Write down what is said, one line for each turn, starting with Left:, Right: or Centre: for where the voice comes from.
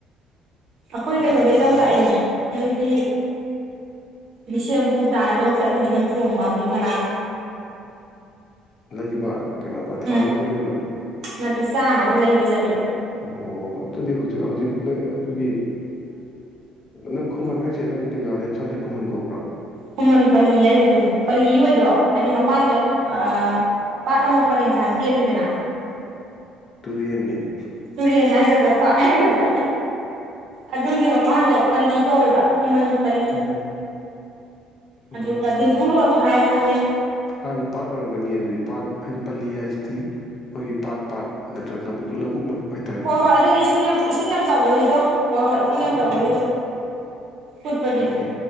Right: ꯑꯈꯣꯏ
Left: ꯎꯝ
Right: ꯀꯩꯅꯣꯗꯩ ꯂꯧ ꯂꯥꯛꯏꯅꯦ ꯅꯣꯏꯒꯤ ꯕꯤꯁꯦꯝꯄꯨꯔ ꯇꯥꯟꯅ ꯂꯧ ꯆꯠꯂꯤꯅꯦ ꯅꯪ ꯆꯣꯝ ꯄꯥꯝꯕꯤ ꯃꯅꯥꯗꯣ
Left: ꯂꯩꯕꯥ ꯀꯩꯅꯣ ꯊꯥꯅꯕꯔꯣ
Right: ꯎꯝ
Left: ꯀꯩꯅꯣ
Right: ꯅꯠꯇꯦ ꯆꯥꯅꯕ ꯂꯩꯕ ꯆꯠꯂꯤꯕ
Left: ꯑꯣ ꯑꯗꯨꯗꯤ ꯍꯧꯖꯤꯛ ꯍꯧꯖꯤꯛ ꯅꯣꯏ ꯑꯗꯨꯒꯤ ꯅꯪ ꯈꯨꯃꯟ ꯍꯥꯏꯁꯦ ꯑꯗꯨꯋꯥꯏ ꯗꯨꯂꯥꯂꯦꯟ ꯁꯋꯥꯏꯁꯦ ꯈꯨꯃꯟ ꯀꯧꯕꯔꯣ
Right: ꯈꯨꯃꯟ ꯄꯜꯂꯤ ꯍꯥꯏꯖꯦ ꯑꯗꯨꯅꯦ ꯄꯜꯂꯤ ꯑꯣꯏꯗ꯭ꯔꯣ ꯍꯥꯏꯗꯤ ꯃꯄꯥꯟꯗ ꯑꯥ ꯄꯥꯠ ꯑꯃꯥ ꯄꯔꯦꯡ ꯁꯥꯥꯟꯅꯥ ꯆꯦꯜꯂꯤꯗꯅ
Left: ꯇꯨꯔꯦꯟ ꯅꯦ
Right: ꯇꯨꯔꯦꯟ ꯍꯥꯏꯒꯗ꯭ꯔꯥ ꯄꯥꯠ ꯍꯥꯏꯒꯗ꯭ꯔꯥ ꯑꯗꯨꯒꯤ ꯃꯄꯥꯟꯗꯣ ꯄꯜꯂꯤ ꯀꯧꯋꯦꯕ ꯈꯨꯃꯟ ꯄꯜꯂꯤ
Left: ꯎꯝ ꯎꯝ
Right: ꯑꯗꯨꯒꯥ ꯗꯤꯡꯀꯨ ꯔꯣꯠꯁꯨ ꯍꯥꯏ ꯈꯪꯅꯩ
Left: ꯍꯥꯟꯅ ꯄꯥꯠ ꯑꯣꯏꯔꯝꯒꯅꯤꯌꯦ ꯑꯗꯨꯗꯤ ꯄꯥꯠ ꯍꯥꯏꯗꯤ ꯄꯥꯜꯂꯤ ꯍꯥꯏꯁꯤꯗꯤ ꯑꯩꯈꯣꯏꯒꯤ ꯄꯥꯠ ꯄꯥꯠ ꯅꯠꯇ꯭ꯔꯒ ꯂꯧꯕꯛ ꯂꯧꯕꯨꯛ ꯂꯧꯕꯨꯛ ꯍꯥꯏ
Right: ꯍꯣꯏ ꯍꯣꯏ ꯑꯗꯨꯅꯦ ꯏꯁꯤꯡ ꯌꯥꯝ ꯏꯁꯤꯡ ꯌꯥꯝ ꯆꯥꯎꯒꯜꯂꯤꯗꯣ ꯍꯣꯏ ꯍꯣꯏ ꯏꯁꯤꯡ ꯌꯥꯝ
Left: ꯎꯝ
Right: ꯆꯥꯎꯒꯜꯂꯤꯗꯣ ꯀꯨꯠꯄꯒꯤ
Left: ꯑꯣꯀꯦ